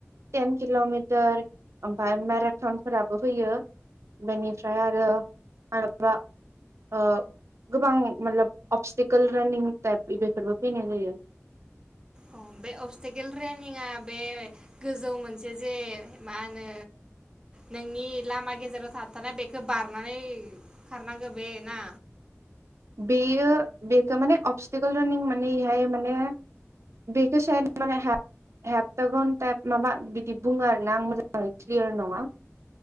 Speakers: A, on the right (about 70°); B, on the right (about 20°).
A: टेन किल'मिटार ओमफाय मेराथनफोराबो फैयो बेनिफ्राय आरो माबलाबा ओ गोबां मोटलोब माबलाब अबस्टिकेल रानिं टाइप बेफोरबो फैनाय जायो।
B: अ बे अबस्टिकेल रेनिंआ बे गोजौ मोनसे जे मा होनो नोंनि लामा गेजेराव थाबथानाय बेखौ बारनानै खारनांगौ बे ना
A: बेयो बेथ' माने अबस्टिकेल रानिं माने एहाय माने बेखो सायोड माने हेपथागन टाइप माबा बिदि बुङो आरोना आं मोजाङै क्लियार नङा